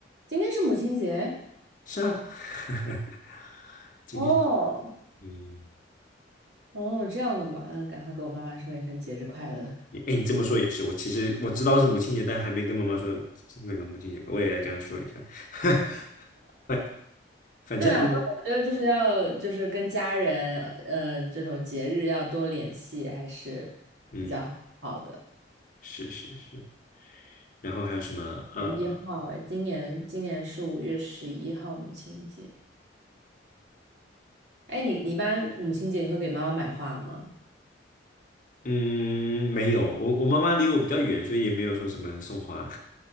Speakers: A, on the right (about 70°); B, on the left (about 45°).
A: 今天是母亲节？
B: 是啊，<laughs> 今天，
A: 哦
B: 嗯，
A: 哦，这样的嘛，嗯，赶快给我妈妈说一声节日快乐。
B: 你哎，你这么说也是，我其实我知道是母亲节，但还没跟妈妈说是那个母亲节，我也来跟她说一下。<laughs> 反反正呢，
A: 对啊，我觉得就是要就是跟家人，嗯、这种节日要多联系，还是比较好的。
B: 嗯，是是是，然后还有什么？呃，
A: 十一号，哎，今年今年是五月十一号母亲节。哎，你你一般母亲节你会给妈妈买花吗？
B: 嗯，没有，我我妈妈离我比较远，所以也没有说什么送花，